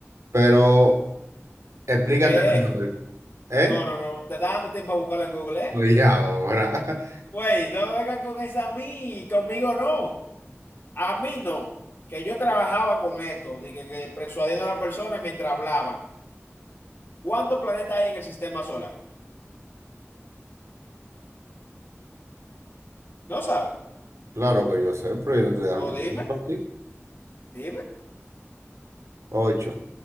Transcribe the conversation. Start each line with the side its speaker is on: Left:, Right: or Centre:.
Right: Pero explícate
Left: ¿Qué?
Right: mejor, ¿eh?
Left: No, no, no. Te está dando tiempo a buscarlo en Google, ¿eh?
Right: Oye, ahora,
Left: Güey, no vengas con esa a mí. Conmigo no. A mí no, que yo trabajaba con esto, de que, que persuadiendo a las personas mientras hablaban. ¿Cuántos planetas hay en el sistema solar? ¿No sabes?
Right: <laughs> claro que yo sé, pero yo te dando
Left: Pues
Right: tiempo
Left: dime,
Right: ti.
Left: dime.
Right: Ocho.